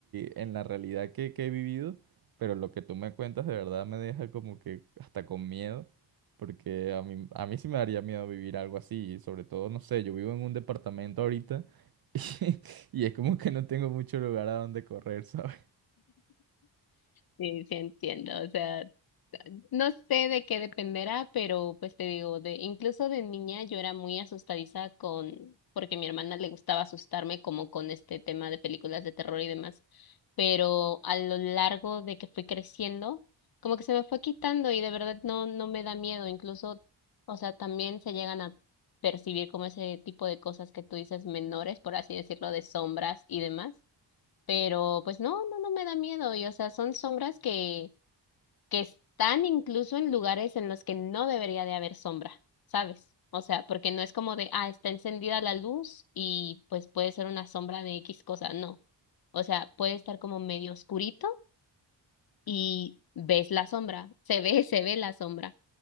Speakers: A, on the right; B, on the left.
A: en la realidad que, que he vivido. Pero lo que tú me cuentas de verdad me deja como que hasta con miedo. Porque a mí, a mí sí me daría miedo vivir algo así. Y sobre todo, no sé, yo vivo en un departamento ahorita. <laughs> Y, y es como que no tengo mucho lugar a donde correr, ¿sabes?
B: Sí, sí entiendo, o sea, no sé de qué dependerá, pero pues te digo, de incluso de niña yo era muy asustadiza con, porque a mi hermana le gustaba asustarme como con este tema de películas de terror y demás, pero a lo largo de que fui creciendo, como que se me fue quitando y de verdad no, no me da miedo, incluso, o sea, también se llegan a percibir como ese tipo de cosas que tú dices menores, por así decirlo, de sombras y demás pero pues no, no, no me da miedo y o sea, son sombras que, que están incluso en lugares en los que no debería de haber sombra, ¿sabes? O sea, porque no es como de, ah, está encendida la luz y pues puede ser una sombra de X cosa, no. O sea, puede estar como medio oscurito y ves la sombra, se ve, <laughs> se ve la sombra.